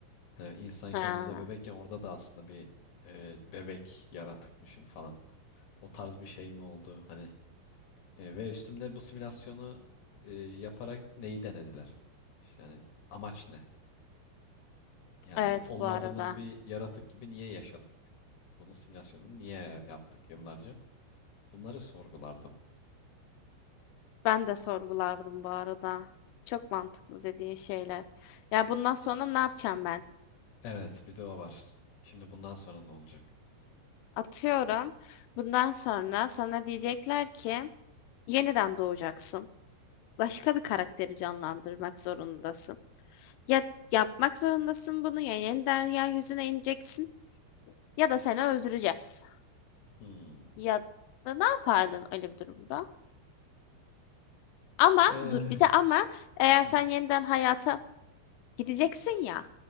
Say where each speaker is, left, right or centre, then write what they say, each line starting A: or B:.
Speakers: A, on the left; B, on the left.
A: Hani insanken
B: Ha.
A: burada bebekken orada da aslında bir e, bebek yaratıkmışım falan. O tarz bir şey mi oldu? Hani e, ve üstümde bu simülasyonu e, yaparak neyi denediler? İşte hani amaç ne? Yani
B: Evet
A: olmadığımız
B: bu arada.
A: bir yaratık gibi niye yaşadık? Bunun simülasyonunu niye yaptık yıllarca? Bunları sorgulardım.
B: Ben de sorgulardım bu arada. Çok mantıklı dediğin şeyler. Ya bundan sonra ne yapacağım ben?
A: Evet, bir de o var. Şimdi bundan sonra ne olacak?
B: Atıyorum. Bundan sonra sana diyecekler ki yeniden doğacaksın. Başka bir karakteri canlandırmak zorundasın. Ya yapmak zorundasın bunu ya yeniden yeryüzüne ineceksin ya da seni öldüreceğiz.
A: Hmm.
B: Ya da ne yapardın öyle bir durumda? Ama
A: Ee,
B: dur bir de ama eğer
A: hmm,
B: sen yeniden hayata Gideceksin ya.